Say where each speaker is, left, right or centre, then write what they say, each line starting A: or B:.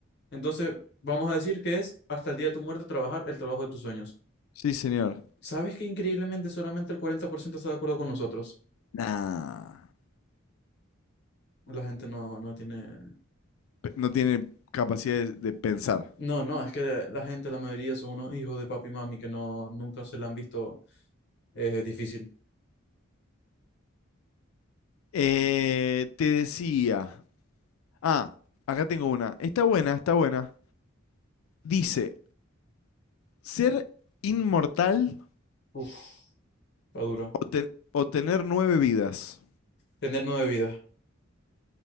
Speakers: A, on the left (about 55°); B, on the left (about 85°).
A: Entonces, vamos a decir que es hasta el día de tu muerte trabajar el trabajo de tus sueños.
B: Sí, señor.
A: ¿Sabes que increíblemente solamente el 40% está de acuerdo con nosotros?
B: Nah.
A: La gente no, no tiene...
B: Pe- No tiene capacidad de, de pensar.
A: No, no, es que la gente, la mayoría son unos hijos de papi y mami que no, nunca se la han visto eh, difícil.
B: Eh, te decía. Ah, acá tengo una. Está buena, está buena. Dice, ¿ser inmortal
A: Uf, está dura.
B: o, ten- o tener nueve vidas?
A: Tener nueve vidas.